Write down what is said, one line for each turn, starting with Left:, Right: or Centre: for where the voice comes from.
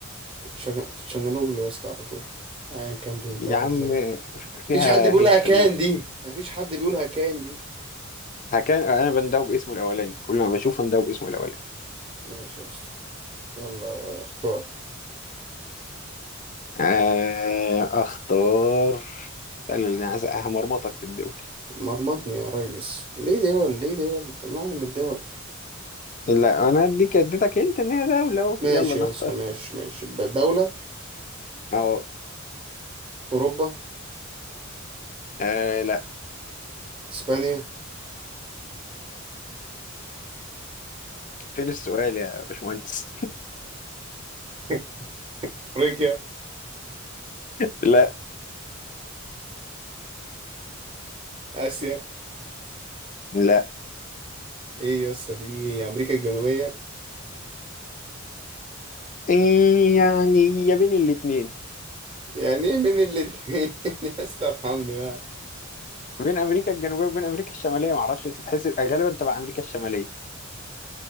Right: شجا- شجانوجلو يا اسطى على طول ايا كان بتنطقها
Left: يا عم
Right: ازاي
Left: آه، فيها
Right: مفيش حد بيقولها
Left: هيه في
Right: كان
Left: النص
Right: دي مفيش حد بيقولها كان دي
Left: هكان انا بندوب باسمه الاولاني كل ما بشوفه بندوب باسمه الاولاني
Right: ماشي يا اسطى يلا اختار
Left: آه، اختار قال اللي عايز همرمطك في الدول
Right: مرمطني يا ريس ليه دول ليه دول طلعنا من الدول
Left: لا انا اديك اديتك انت ان هي دوله اهو
Right: ماشي
Left: يلا نختار
Right: يا اسطى ماشي ماشي دولة
Left: اهو
Right: أوروبا
Left: آه لا
Right: إسبانيا
Left: فين السؤال يا باشمهندس
Right: <laughs> أفريقيا
Left: <laughs> لا
Right: آسيا
Left: لا
Right: إيه يا اسطى في إيه؟ أمريكا الجنوبية
Left: إيه يعني يا بين الاتنين
Right: يعني إيه من الاتنين <laughs> يا اسطى ارحمني بقى
Left: بين امريكا الجنوبيه وبين امريكا الشماليه معرفش بتتحسب غالبا تبع امريكا الشماليه